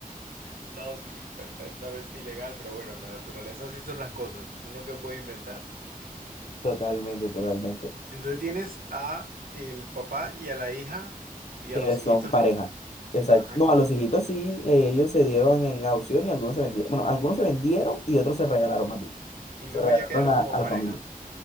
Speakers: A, on the right; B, on the left.
A: No, sí, perfectamente ilegal, pero bueno, en la naturaleza así son las cosas, uno que puede inventar.
B: Totalmente, totalmente.
A: Entonces tienes a el papá y a la hija y
B: Que
A: a los
B: son
A: hijitos
B: pareja.
A: no.
B: Exacto.
A: Ajá.
B: No, a los hijitos sí, eh, ellos se dieron en adopción y algunos se vendieron. Bueno, algunos se vendieron y otros se regalaron más bien.
A: Y
B: Se
A: luego
B: regalaron
A: ya quedaron
B: a,
A: como
B: a la
A: pareja.
B: familia.